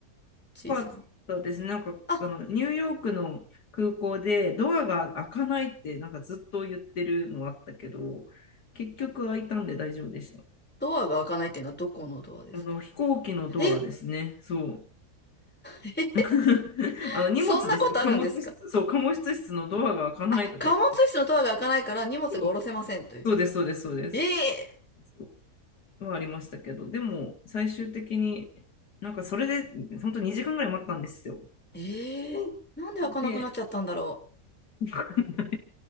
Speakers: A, in the centre; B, on the left.
A: ちいさん。
B: かったですね。なんかあのニューヨークの空港でドアが開かないってなんかずっと言ってるのあったけど、
A: あ
B: 結局開いたんで大丈夫でした。
A: ドアが開かないっていうのはどこのドアですか
B: あの飛行機のドアですね。
A: え、<laughs>
B: そう。
A: え
B: <laughs> あの荷物ですよ。
A: そんなことあるんですか
B: 貨物室、そう、貨物室のドアが開かないとか言って。
A: あ、貨物室のドアが開かないから荷物が下ろせませんという。
B: そうそうです、そうです、そうです。
A: ええ
B: そうはありましたけど、でも最終的になんかそれで本当2時間ぐらい待ったんですよ。
A: ええなんで開かなくなっちゃったんだろ
B: で、<laughs> わかんない